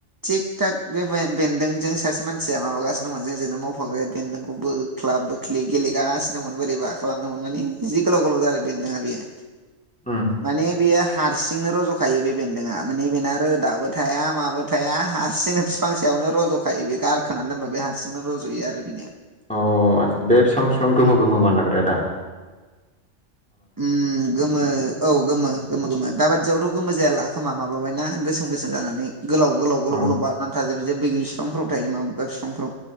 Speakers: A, on the right; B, in the centre.
A: थिग थक बे बेन्दोंजों सासे मानसिया माबागासिनो दंमोन जोंजोंनो मावफाग्राया बेन्दोंखौबो बोख्लाब बोखलिब गेलेगासिनोमोन बोरैबा खालामदोंमोन मानानि जि गोलाव गोलाव जादों बेदोंङा बेयो
B: उम
A: माने बेैया हारसिंनो रज'खायो बे बेन्दोंआ माने बेना रोदाबो थाया माबो थाया हारसिंनो बिफां सायाव रज'खायो बेयो गारखोनानै दोनबा बे हारसिंनो रज'यो आरो बिनि
B: अ आसा बे बिसेबां बिसेबां गोमो गोमो मान लाग्राया आदा
A: ओम गोमो औ गोमो गोमो गोमो दााबादियावथ' गोमो जायाला खोमा माबाबायना गोसोम गोसोम जानानै गोलाव गोलाव गोलाव
B: औ
A: गोलाव बारनानै थाजोबबाय जे बैग्रि बिफांफोराव थायो माबा बिफांफोराव